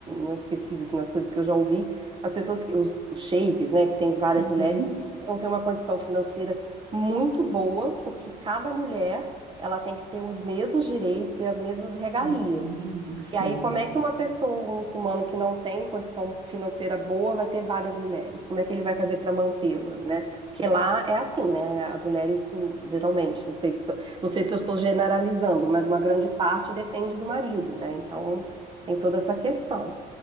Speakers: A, on the right; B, on the right.
A: nas pesquisas, assim, nas coisas que eu já ouvi, as pessoas, que- os, os sheiks, né, que tem várias
B: Uhum.
A: mulheres, eles precisam ter uma condição financeira muito boa, porque cada mulher, ela tem que ter os mesmos direitos e as mesmas regalias.
B: Sim, sim.
A: E aí, como é que uma pessoa, um muçulmano que não tem condição financeira boa, vai ter várias mulheres? Como é que ele vai fazer para mantê-las, né? Porque lá é assim, né? As mulheres, hum, geralmente, não sei se, não sei se eu estou generalizando, mas uma grande parte depende do marido, né? Então, tem toda essa questão.